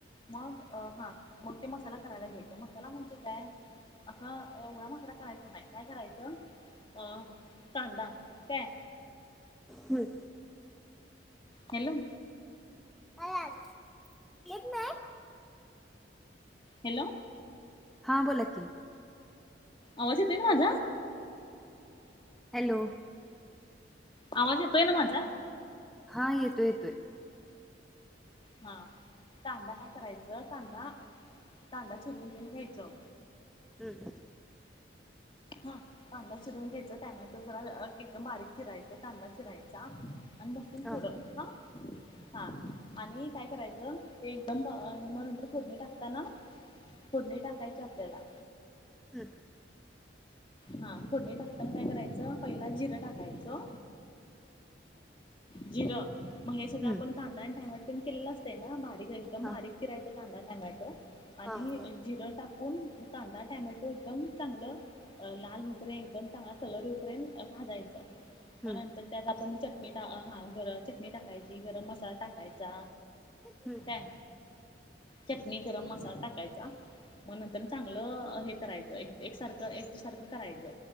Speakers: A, on the left; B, in the centre.
A: मग हा मग ते मसाला करायला घेतेत मसाला म्हणजे काय असंवडा मासरा करायचा नाही काय करायचं अ कांदा काय
B: हम्
A: हॅलो
B: अला येत ना
A: हॅलो
B: हा बोला की
A: आवाज येतोय माझा
B: हॅलो
A: आवाज येतोय ना माझा
B: हा येतोय येतोय
A: हां कांदा काय करायचं कांदा कांदा चिरवून पण घ्यायचं
B: हम्म
A: हा कांदा चिरून घ्यायचा टॅमॅटो जरा एकदम बारीक चिरायच कांदा चिरायचा आणि मस्त
B: हा
A: थोडं हा हा आणि काय करायचं ते एकदम हे मग नंतर फोडणी टाकताना फोडणी टाकायची आपल्याला
B: हम्
A: हा फोडणी टाकताना काय करायचं पहिला जिरं टाकायचं जिरं मग हे सगळं
B: हम्म
A: आपण कांदा आणि टायमवर पण केलेलं असत ना बारीक एकदम बारीक
B: हा
A: किरायची कांदा टॅमॅटो आणि
B: हा
A: जिरं टाकून कांदा टॅमॅटो एकदम चांगलं अ लाल उपरे एकदम चांगला कलर उपर्यंत भाजायचा
B: हम्म.
A: मगंतर त्यात आपण चट टा हा गरम चटणी टाकायची गरम मसाला टाकायचा
B: हम्म, हम्म,
A: काय चटणी गरम मसाला टाकायचा मग नंतर चांगलं हे करायचं एक एकसारखं एक द सारखं करायचं